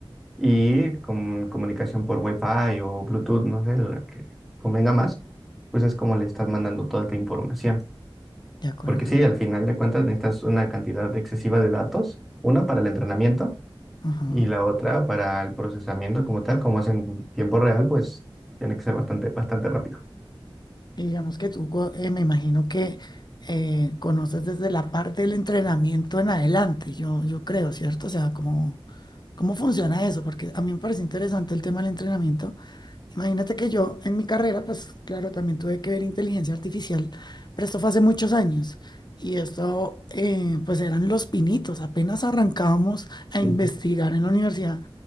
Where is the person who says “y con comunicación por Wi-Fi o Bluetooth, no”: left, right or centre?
Centre